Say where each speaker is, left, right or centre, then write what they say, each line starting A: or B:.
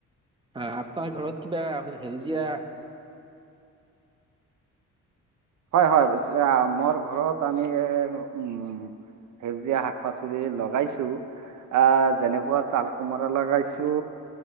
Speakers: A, on the right; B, on the right.
A: অ আপোনাৰ ঘৰত কিবা সেউজীয়া
B: হয় হয় মোৰ ঘৰত আমি উম সেউজীয়া শাক পাচলি লগাইছো অ যেনেকুৱা চাল কোমৰা লগাইছোঁ